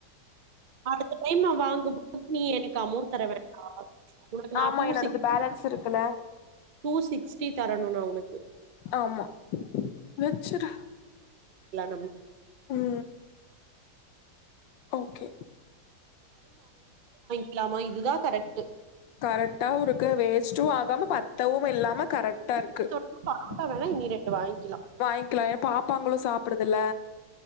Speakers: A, on the right; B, on the left.
A: அடுத்த டைம் நா வாங்கும்போது நீ எனக்கு அமோண்ட் தர வேண்டா உனக்கு நா
B: ஆமா
A: டூ
B: என்னோடது
A: சிக்ஸ்டி
B: பேலன்ஸ் இருக்குல
A: டூ சிக்ஸ்டி த தரணு நா அவனுக்கு
B: ஆமா வச்சிரு
A: நம்ம
B: ம் ஓகே
A: இல்லாமா இதுதா கரெக்ட்டு
B: கரெக்டாவ இருக்கு வேஸ்ட்டும் ஆகாம பத்தவும் இல்லாம கரெக்ட்டாவு இருக்கு
A: வாங்கிட்டோம்னா
B: வேஸ்ட்டு
A: பரோட்டா வேணா இனி ரெண்டு வாங்கிக்கலாம்
B: ஆகாம பத்தவுமில்லாம கரெக்ட்டா இருக்கு வாய்ங்கலா ஏ பாப்பாங்களு சாப்புடுதுல